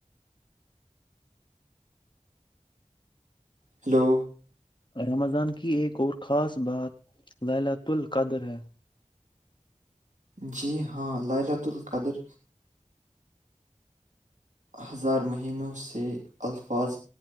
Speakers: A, on the right; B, on the left.
A: ہلو
B: رمضان کی ایک اور خاص بات لالات ال قدر ہے
A: جی ہاں للۃ القدر ہزار مہینوں سے الفاظ